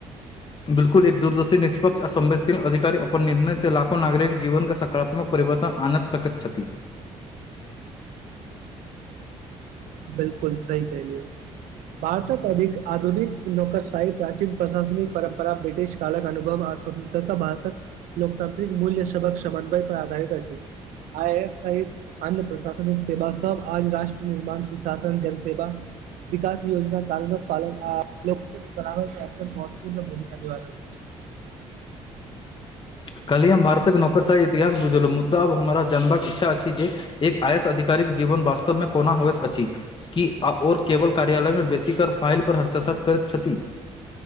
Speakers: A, on the left; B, on the right.
A: बिल्कुल एक दूरदर्शी निष्पक आ संवेदशील अधिकी अप्पन निर्णय से लाखो नागरिक जीवन के सकारात्मक परिवर्तन आनत सकत छथि। <inaudible>
B: बिलकुल सही कहलियौ। भारत के अधिक आधुनिक नौकरशाही प्राचीन प्रशासनिक परम्परा ब्रिटिश। कालक अनुभव आ स्वतंत्रता भारतक लोकतांत्रिक मूल्य सभ क समन्वय पर आधारित अछि। आइ एक सऽ एक सहित अन्य प्रशासनिक। सेवा सभ आज राष्ट्र निर्माण सुशासन के सेवा विकास योजना साल भर पालन आ लोक महत्वपूर्ण बनावा में महत्वपूर्ण भूमिका दे रहल छै।
A: काल्हि हम भारतक नौकरशाही इतिहास बुझलहुँ मुद्दा आब हमरा जानबाक इच्छा अछि। जे एक आय एस आधिकारिक जीवन वास्तव में कोना होइत अछि। की ओओर केवल कार्यालय मे बेसी काल फाइल पर हस्ताक्षर करैत छथि।